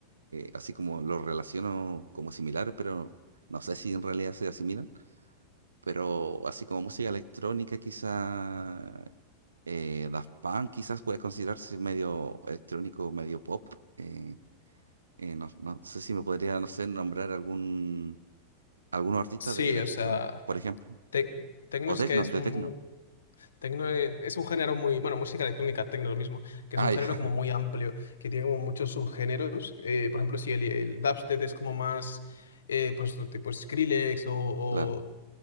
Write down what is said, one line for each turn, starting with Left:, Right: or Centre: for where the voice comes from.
Right: así como lo relaciono como similar, pero no sé si en realidad se asimilan. pero así como música electrónica, quizá eh, Daft Punk quizás puede considerarse medio electrónico, medio pop. eh, eh, no, no sé si me podría, no sé, nombrar algún algunos artistas
Left: Sí,
Right: de electro,
Left: o sea,
Right: por ejemplo,
Left: tec- techno
Right: o
Left: es
Right: techno,
Left: que es
Right: de
Left: un,
Right: techno.
Left: un- Tecno e- es un género muy, bueno, música electrónica, tecno lo mismo, que
Right: Ah,
Left: es un
Right: ya,
Left: género
Right: <laughs>
Left: como muy amplio, que tiene como muchos subgéneros. Eh, por ejemplo, si el, el dubstep es como más, eh, pues otro tipo Skrillex o, o,
Right: claro,